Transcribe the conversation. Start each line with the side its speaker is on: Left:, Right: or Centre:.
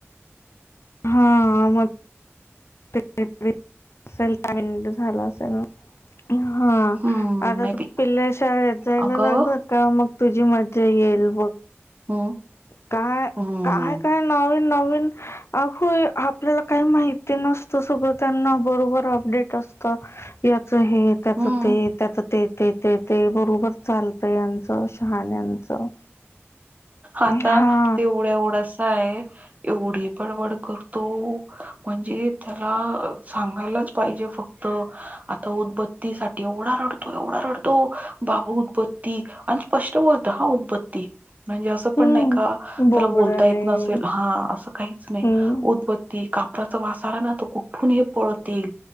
Left: हा मग ते ते असेल <inaudible> झाला असेल मग हा
Right: हम्म
Left: आता
Right: मे
Left: तो
Right: बी
Left: पिल्ल्या शाळेत जायला
Right: अगं
Left: लागलं का मग तुझी मजा येईल बघ.
Right: हम्म
Left: काय,
Right: हम्म
Left: काय काय नवीन नवीन अग आपल्याला काही माहिती नसतं सगळं त्यांना बरोबर अपडेट असत. याच हे त्याच
Right: हम्म
Left: ते त्याच ते ते ते ते बरोबर चाल तं यांचं शहाण्यांचं.
Right: आता
Left: हा
Right: एवढा एवढासा आहे. एवढी बडबड करतो, म्हणजे त्याला सांगायलाच पाहिजे फ क्त आता उदबत्तीसाठी एवढा रडतो, एवढा रडतो बाबा उदबत्ती आणि स्पष्ट बोलतो हां उदबत्ती म्हणजे असं
Left: हम्म
Right: पण नाही का,
Left: बोबडने
Right: त्याला बोलता येत नसेल हा असं काहीच नाही
Left: हम्म.
Right: उदबत् ती, कापराचा वास आला ना तो कुठून ही पळत येईल